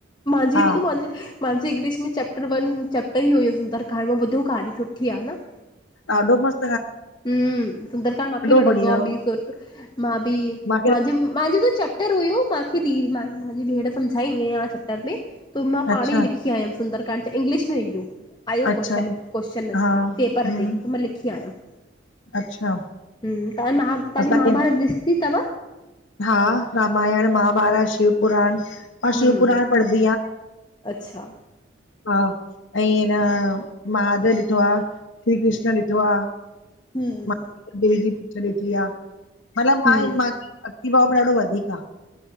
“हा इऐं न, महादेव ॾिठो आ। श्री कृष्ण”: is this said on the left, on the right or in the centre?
Left